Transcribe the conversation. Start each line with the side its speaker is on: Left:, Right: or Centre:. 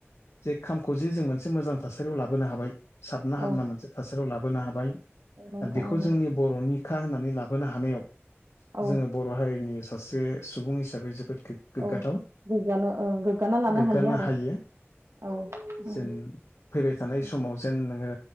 Left: जे खामखौ जे जों मोनसे मोजां थासारियाव लाबोनो हाबाय साबना
Right: औ
Left: हामना मोनसे थासारियाव लाबोनो हाबाय।
Right: औ नोंथां
Left: आरो बेखौ
Right: नंगौ
Left: जोंनि बरनिखा होननानै लाबोनो हानायाव
Right: औ
Left: जोंङो बर हारिनि। सासे सुबुं हिसाबै जोबोद। गोग्गाथाव
Right: औ गोग्गानो ओ गोग्गाना लानो
Left: गोग्गानो
Right: आरो
Left: हायो।
Right: औ उम
Left: जेन फैबाय थानाय
Right: उम
Left: समाव जेन नोंङो।